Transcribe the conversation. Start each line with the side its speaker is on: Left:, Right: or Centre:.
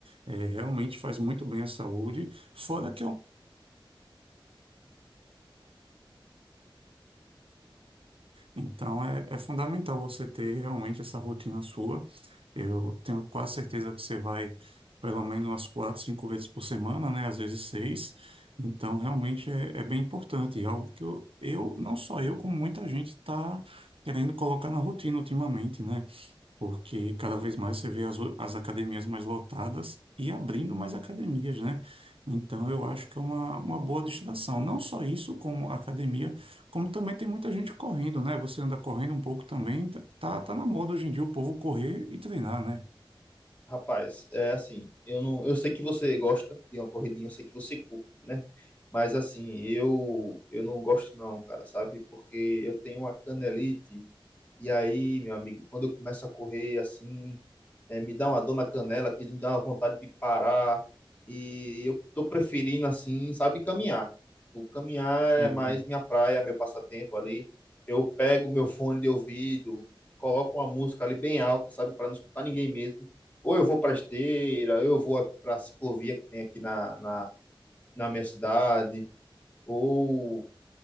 Right: É, realmente faz muito bem à saúde, fora então é, é fundamental você ter realmente essa rotina sua. Eu tenho quase certeza que você vai pelo menos umas quatro, cinco vezes por semana, né? Às vezes seis. Então realmente é, é bem importante. E algo que eu, eu, não só eu, como muita gente está querendo colocar na rotina ultimamente, né? porque cada vez mais você vê as, o- as academias mais lotadas e abrindo mais academias, né? Então, eu acho que é uma, uma boa destinação. Não só isso, como academia, como também tem muita gente correndo, né? Você anda correndo um pouco também, tá, tá tá na moda hoje em dia o povo correr e treinar, né?
Left: Rapaz, é assim, eu não, eu sei que você gosta de uma corridinha, eu sei que você curte, né? Mas assim, eu eu não gosto não, cara, sabe? Porque eu tenho uma canelite E aí, meu amigo, quando eu começo a correr assim, é, me dá uma dor na canela, que me dá uma vontade de parar. E eu tô preferindo assim, sabe, caminhar. Tipo, caminhar
Right: Sim.
Left: é mais minha praia, meu passatempo ali. Eu pego meu fone de ouvido, coloco uma música ali bem alta, sabe, para não escutar ninguém mesmo. Ou eu vou para esteira, ou eu vou aqui para a ciclovia que tem aqui na, na, na minha cidade, ou